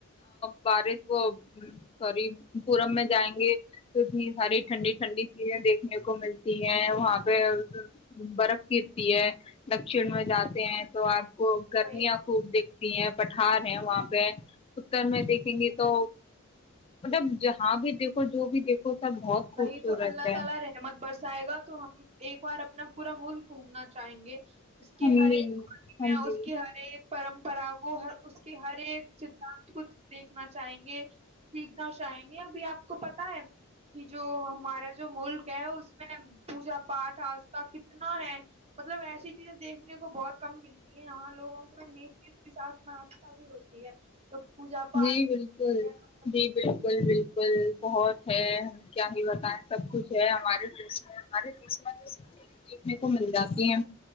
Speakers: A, on the left; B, on the right.
A: بارش وہ سوری پورم میں جائیں گے تو اتنی ساری ٹھنڈی ٹھنڈی چیزیں دیکھنے کو ملتی ہیں وہاں پہ برف گرتی ہے دکشن میں جاتے ہیں تو آپ کو گرمیاں
B: کئی
A: خوب دیکھتی ہیں پ ھار ہے وہاں پہ اتر میں دیکھیں گے تو مطلب جہاں بھی دیکھو جو بھی دیکھو سب بہت
B: وہی
A: خوبصورت
B: تو اللہ
A: ہے
B: تعالی رحمت برسائے گا تو ہم ایک بار اپنا پورا ملک گھومنا چاہیں گے اس
A: ہم
B: کے ہر
A: بھی
B: ایک گال
A: ہم
B: میں
A: بھی
B: اس کی ہر ایک پرمپرا کو ہ اس کے ہر ایک سھانت کو دیکھنا چاہیں گے سیکھنا چاہیں گے ابھی آپ کو پت ہے کہ جو ہمارا جو ملک ہے اس میں پوجا پاٹھ آستھا کتنا ہے مطلب ایسا چیزیں دیکھنے کو بہت کم ملتی ہے یہاں لوگوں کے نیکیت کے ساتھ مناسکتا بھی ہوتی ہے تو پوجا پاٹھ
A: جی بالکل
B: وغیرہ سب
A: جی
B: کچھ
A: بالکل بالکل بہت <inaudible> ہے ہم کیا بھی بتائیں سب کچھ ہے ہمارے ج <unintelligible> ہمارے دیش میں تو سب چز دیکھنے کو مل جاتی ہیں